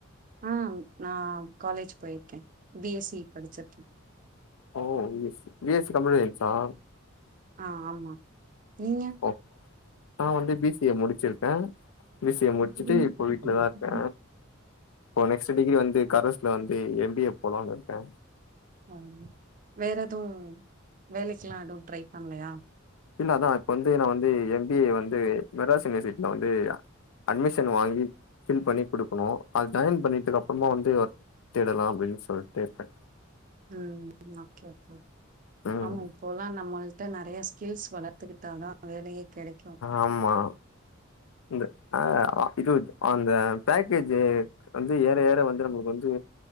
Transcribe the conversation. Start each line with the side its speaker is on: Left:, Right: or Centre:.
Right: ஆ நா காலேஜ் போய்ருக்கே பி எஸ் சி படிச்சிருக்க
Left: ஓ B S C B S C computer சைன்ஸ்சா
Right: ஆ ஆமா நீங்க
Left: ஒ நா வந்து பி சி எ முடிச்சிருக்கே பி சி எ முடிச்சிட்டு
Right: ம்.
Left: இப்ப வீட்லதா இருக்க இப்போ நெக்ஸ்ட் டிகிரி வந்து கரஸ்ல வந்து எம் பி ஏ போலான் இருக்கே
Right: ம் வேற எதுவு வேலைக்லா எதுவு ட்ரை பண்ணலயா
Left: இல்ல அதா இப்ப வந்து நா வந்து எம் பி ஏ வந்து மெட்ராஸ் யுனிவர்சிட்டில வந்து அட்மிஷன் வாங்கி ஃபில் பண்ணி குடுக்குணு அது ஜாயின் பண்ணிட்டுக்கு அப்றமா வந்து தேடலா அப்டின் சொல்ட்டு இருக்க
Right: ம் ஓகே ஓகே
Left: ம்
Right: ஆமா இப்போலா நம்ம ட நறைய ஸ்கில்ஸ் வளத்துக்கிட்டா தா வேலயே கெடைக்கு
Left: ஆமா இந்த அ ஆ இது அந்த பேக்கேஜ்ஜு வந்து ஏற ஏற வந்து நம்மளுக்கு வந்து